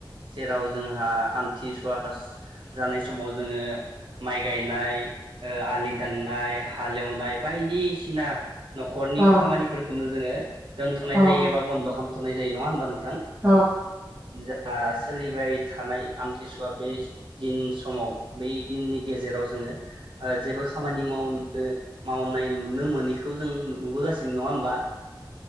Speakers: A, on the right; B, on the right.
A: जेराव जोंहा आमथिसुवास जानाय समाव जोंङो माइ गायनाय ओ आलि दाननाय हालेवनाय नाय बायदिसिना न'खरनि
B: औ औ
A: खामानिफोरखौनो <unintelligible> <unintelligible> जायो
B: औ
A: एबा बन्द खाम थुनाय जायो नङा होनबा नों? थां
B: औ
A: जा सोलिबाय थानाय आमथिसुवा बे दिन समाव बे दिननि गेजेराव जोङो ओ जेबो खामानि मावनो मावनाय नुनो मोनिखौ जों नुबोगासिनो नङा होनबा?